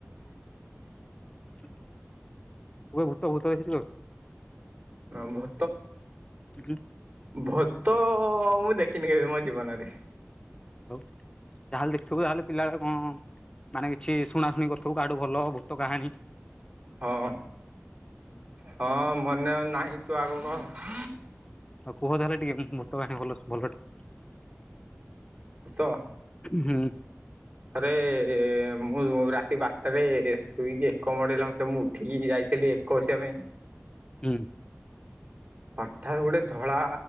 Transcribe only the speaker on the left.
ଇ ଭୁତ ଫୁତ ଦେଖିଥିଲ କି?
କି୍
ହଉ ଯାହାହେଲେ ଦେଖଥିବୁ ଯାହାହେଲେ ପିଲାବେଳେ କଣ? ମାନେ କିଛି ଶୁଣା ଶୁଣି କରିଥିବୁ କାହାଠୁ ଭଲ ଭୂତ କାହାଣ।
ଆଉ କୁହ ତାହହେଲେ ଟିକେ, ଭୁତ କାହାଣି ଭଲ ଟେ।
ହଁ
ହୁଁ।